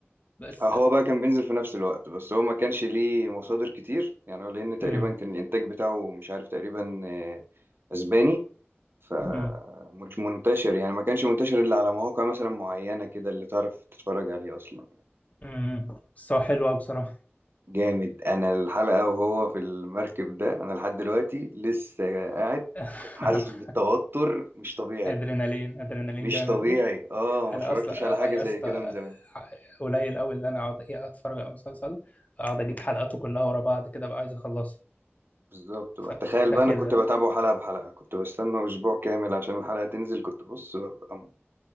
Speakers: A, on the left (about 35°); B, on the right (about 55°).
A: بس
B: آه، هو بقى كان بينزل في نفس الوقت بس هو ما كانش ليه مصادر كتير يعني هو لان تقريبا
A: امم
B: كان الانتاج بتاعه مش عارف تقريبا آه، اسباني فمش
A: امم
B: منتشر يعني ما كانش منتشر الا على مواقع مثلا معينة كده اللي تعرف تتفرج عليه اصلا
A: امم بس هو حلو قوي بصراحة
B: جامد انا الحلقه وهو في المركب ده انا لحد دلوقتي لسه قاعد
A: <laughs>
B: كنت حاسس بالتوتر مش طبيعي
A: ادرينالين ادرينالين
B: مش
A: جامد
B: طبيعي
A: أوي.
B: اه ما
A: انا
B: اتفرجتش
A: اصلا
B: على حاجه
A: يا
B: زي
A: اسطى
B: كده من زمان
A: قليل قوي اللي انا اقعد إيه اتفرج على مسلسل اقعد اجيب
B: مم.
A: حلقاته كلها ورا بعض كده بقى عايز اخلصها
B: بالظبط بقى
A: ف-
B: تخيل
A: فده
B: بقى
A: كده
B: انا كنت بتابعه حلقه بحلقه كنت بستنى اسبوع كامل عشان الحلقه تنزل كنت بص ببقى م-